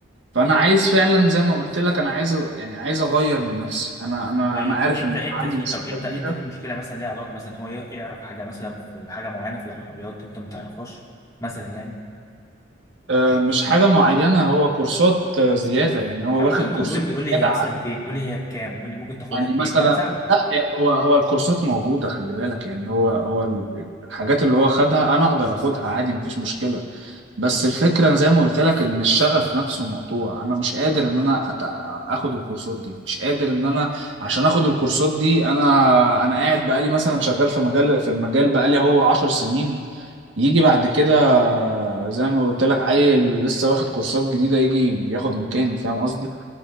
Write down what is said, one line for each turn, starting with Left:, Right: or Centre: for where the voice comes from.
Right: فأنا عايز فعلا زي ما قلت لك أنا عايز أ- يعني عايز أغير من نفسي أنا أنا
Left: طيب
Right: أنا عارف
Left: انت
Right: إن
Left: انت
Right: عندي
Left: في
Right: مشكلة
Left: طب انت
Right: كبيرة
Left: انت في مشكله مثلا ليها علاقه مثلا هو ي- يعرف حاجه مثلا في حاجه معينه في العربيات انت ما تعرفهاش مثلا يعني
Right: آه، مش حاجة معينة هو كورسات آه، زيادة يعني هو
Left: طب
Right: واخد
Left: قول
Right: كورسات
Left: لي قول لي قول لي
Right: زيادة
Left: هي مثلا فين قول لي هي بكام قول لي ممكن تاخدها
Right: يعني
Left: فين
Right: مثلا
Left: وانا اساعدك
Right: لا هو هو الكورسات موجودة خلي بالك يعني هو هو ال- الحاجات اللي هو خدها أنا أقدر أخدها عادي مفيش مشكلة بس الفكرة زي ما قلت لك إن الشغف نفسه مقطوع أنا مش قادر إن أنا أت- آخد الكورسات دي مش قادر إن أنا عشان آخد الكورسات دي أنا أنا قاعد بقالي مثلا شغال في مجال في المجال بقالي هو عشر سنين يجي بعد كده زي ما قلت لك عيل لسه واخد كورسات جديدة يجي ياخد مكاني فاهم قصدي